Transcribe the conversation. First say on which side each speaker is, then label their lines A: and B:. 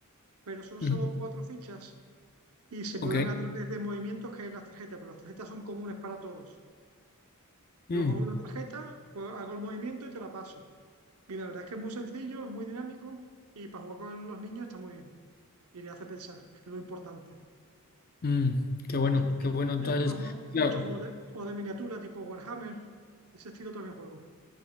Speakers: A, on the right; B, on the left.
A: pero son
B: mm,
A: solo cuatro fichas y se
B: ok.
A: mueven a través de movimientos que es las tarjetas, pero las tarjetas son comunes para todos. Yo
B: Mm,
A: juego una tarjeta, juego- hago el movimiento y te la paso. Y la verdad es que es muy sencillo, es muy dinámico y para jugar con los niños está muy bien. Y le hace pensar, que es lo importante.
B: mm, qué bueno,
A: Y ya, de-
B: qué bueno. Entonces,
A: ya después juego
B: claro.
A: muchos juegos de, juegos de miniatura tipo Warhammer, ese estilo también juego.